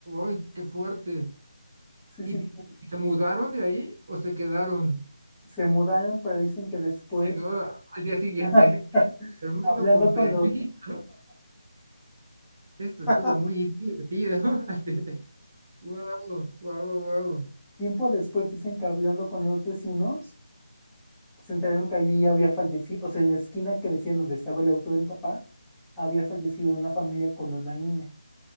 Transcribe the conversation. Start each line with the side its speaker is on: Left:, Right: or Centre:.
Right: ¡Ay, qué fuerte!
Centre: sí,
Right: ¿Y,
Centre: sí, sí.
Right: y se mudaron de ahí o se quedaron?
Centre: Se mudaron, pero dicen que después,
Right: Si no, al día siguiente.
Centre: <laughs>
Right: <laughs> Hermano,
Centre: hablando
Right: con permiso.
Centre: con los...
Right: Esto estuvo
Centre: <laughs>
Right: muy divertido. <laughs> Wow, wow, wow.
Centre: tiempo después dicen que hablando con los vecinos, se enteraron que allí había fallecido, o sea, en la esquina que decían donde estaba el auto de mi papá, había fallecido una familia con una niña,